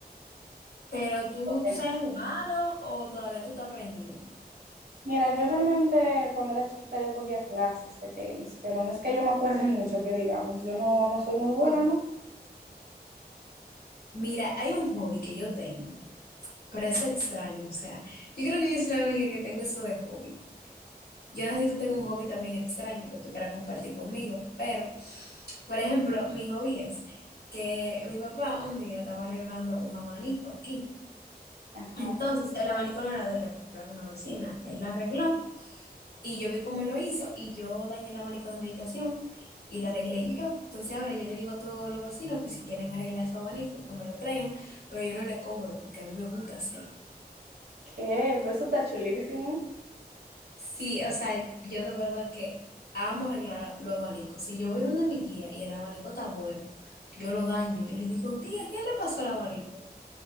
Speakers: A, on the left (about 80°); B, on the right (about 70°).
A: Pero tú,
B: Ok.
A: ¿tú sabes jugarlo o todavía tú estás aprendiendo?
B: Mira, yo realmente cuando era chiquita yo cogía clases de tenis, pero no es que yo me acuerde <laughs> mucho que digamos, yo no, no soy muy buena, ¿no?
A: Mira, hay un hobby que yo tengo, pero es extraño. O sea, yo creo que yo soy la única que tengo eso de hobby. Yo no sé si tú tengas un hobby también extraño que tú quieras compartir conmigo, pero, por ejemplo, mi hobby es que mi papá un día estaba arreglando un abanico aquí.
B: Ajá.
A: Entonces, el abanico no era de él, era de una vecina. Él lo arregló y yo vi cómo él lo hizo y yo dañé el abanico de mi habitación y lo arreglé yo. Entonces, ahora yo le digo a todos los vecinos que si quieren arreglar su abanico, que me lo traigan, pero yo no le cobro porque a mí me gusta hacerlo.
B: ¿Qué? Pero eso está chulísimo.
A: Sí, o sea, yo de verdad que amo arreglar los abanicos. Si yo voy donde mi tía y el abanico está bueno, yo lo daño. Y le digo, tía, ¿qué le pasó al abanico?